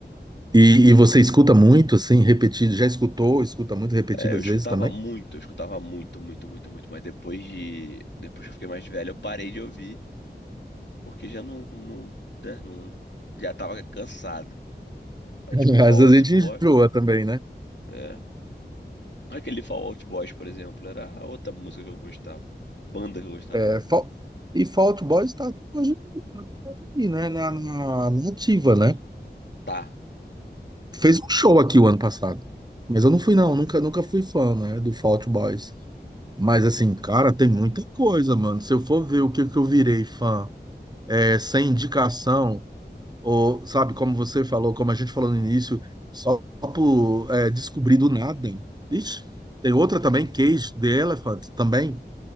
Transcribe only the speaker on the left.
É, eu escutava
muito, eu escutava muito, muito, muito, muito. Mas depois de. Depois que eu fiquei mais velho, eu parei de ouvir. Porque já não. Não. né, não- já tava cansado. É,
Tipo, Fall
Out
Boy.
É. Aquele Fall Out Boys, por exemplo, era a outra música que eu gostava. Banda que eu gostava,
né?
Tá.